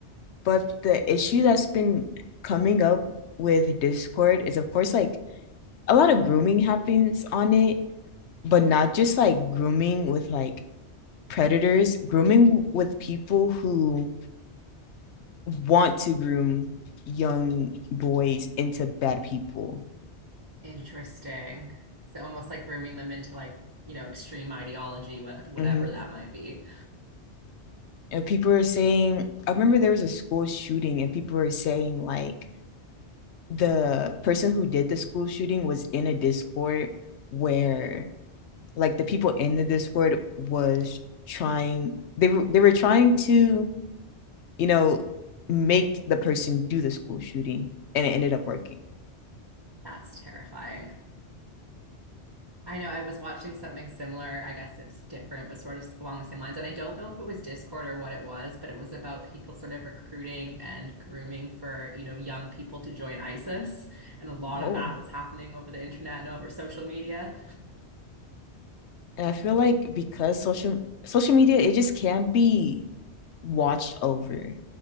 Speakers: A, on the left; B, on the right.
A: But the issue that's been coming up with Discord is, of course, like a lot of grooming happens on it, but not
B: Yeah.
A: just like grooming with like predators, grooming with people who want to groom young boys into bad people.
B: Interesting. So almost like grooming them into like, you know, extreme ideology, wh- whatever
A: Mm-hmm.
B: that might be.
A: And people are saying, I remember there was a school shooting, and people were saying, like, the person who did the school shooting was in a Discord where like the people in the Discord was trying they were they were trying to, you know, make the person do the school shooting and it ended up working.
B: That's terrifying. I know I was watching something similar. I guess it's different, but sort of along the same lines. And I don't know if it was Discord or what it was, but it was about people sort of recruiting and grooming for, you know, young people to join ISIS. And a lot
A: Oh.
B: of that was happening over the internet and over social media.
A: And I feel like because social social media it just can't be watched over.